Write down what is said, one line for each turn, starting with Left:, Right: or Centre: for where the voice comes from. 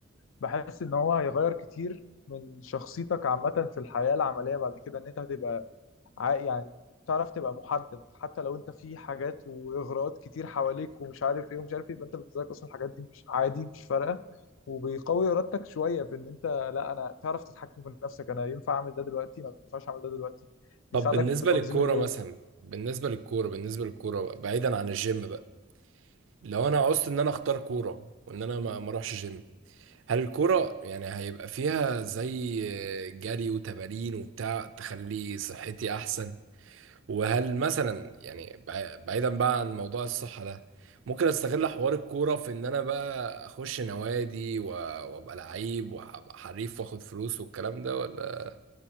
Left: بحس ان هو هيغير كتير من شخصيتك عامه في الحياه العمليه بعد كده ان انت هتبقى ع- يعني تعرف تبقى محدد حتى لو انت في حاجات واغراءات كتير حواليك ومش عارف ايه ومش عارف ايه يبقى انت بالنسبه لك اصلا الحاجات دي مش عادي مش فارقه وبيقوي ارادتك شويه في ان انت لا انا تعرف تتحكم في نفسك انا ينفع اعمل ده دلوقتي ما ينفعش اعمل ده دلوقتي
Right: طب
Left: بيساعدك
Right: بالنسبة
Left: في تنظيم
Right: للكورة
Left: اليوم
Right: مثلا بالنسبة للكورة بالنسبة للكورة بقى، بعيدا عن الجيم بقى لو انا عوزت ان انا اختار كورة
Left: م.
Right: وان انا ما ما اروحش جيم هل الكورة يعني هيبقى فيها زي جري وتمارين وبتاع تخلي صحتي احسن وهل مثلا يعني بع- بعيدا بقى عن موضوع الصحة ده ممكن استغل حوار الكورة في ان انا بقى اخش نوادي و- وابقى لعيب وابقى حريف واخد فلوس والكلام ده ولا